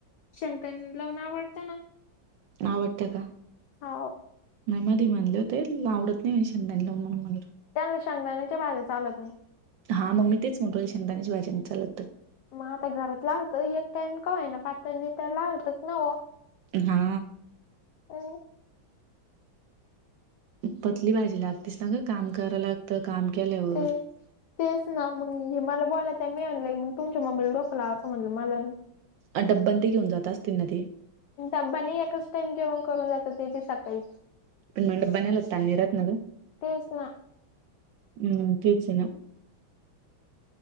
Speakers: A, on the left; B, on the right.
A: शगदान लावून आवडत ना.
B: आवडतं का?
A: हाव.
B: नाही मधी म्हनले होते, तूला आवडत नाही शेंगदाण लावून, म्हणून म्हणलं.
A: त्यांना शेंगदाण्याच्या भाज्या चालत नाही.
B: हा मग मी तेच म्हनतोय, शेंगदाण्याची भाजी नाही चालत तर
A: मग आता घरात लाहत, एक टाइम का होईना पातळ नितळ लाहतच ना ओ
B: हा.
A: अ.
B: पतली भाजी लागतेस ना ग, काम करा लागतं, काम केल्यावर
A: ते तेच ना मग हे मला बोलात्या, मि म्हणलं एक तुमच्या मम्मीला डोक लावाचं म्हनलं मला नई
B: अन डब्बा न ते घेऊन जात असतील ना ते?
A: डब्बा नाही एकच टाइम जेवण करून जातात ते बी सकाळीच
B: पण म डब्बा नेल का ताण नाही राहात ना ग.
A: तेच ना
B: हुं तेच ना.